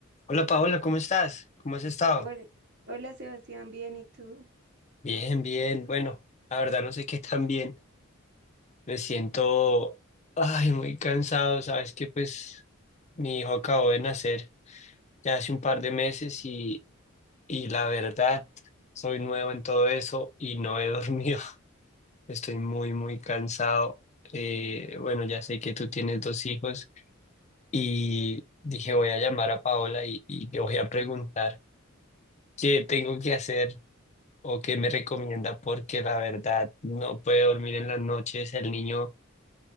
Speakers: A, on the left; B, on the right.
A: Hola Paola, ¿cómo estás? ¿Cómo has estado?
B: Hola, hola, Sebastián, bien, ¿y tú?
A: Bien, bien. Bueno, la verdad no sé qué tan bien. Me siento, ay, muy cansado. Sabes que pues mi hijo acabó de nacer ya hace un par de meses y, y la verdad soy nuevo en todo eso y no he dormido. <laughs> Estoy muy, muy cansado. Eh, bueno, ya sé que tú tienes dos hijos y dije voy a llamar a Paola y, y le voy a preguntar qué tengo que hacer o qué me recomienda porque la verdad no puede dormir en las noches, el niño